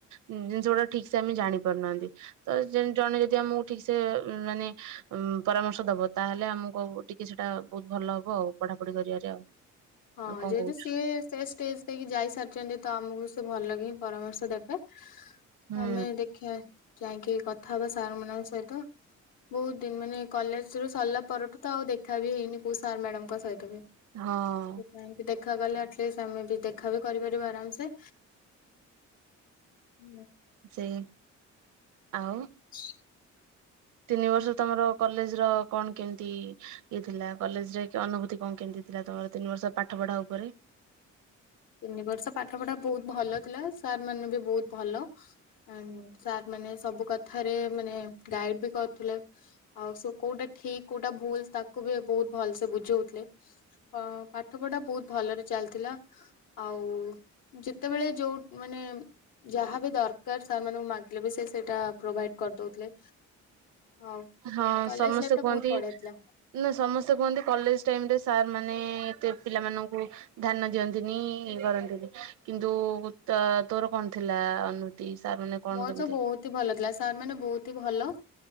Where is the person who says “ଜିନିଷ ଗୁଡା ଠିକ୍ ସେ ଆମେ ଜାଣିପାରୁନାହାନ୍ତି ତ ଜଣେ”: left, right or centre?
Right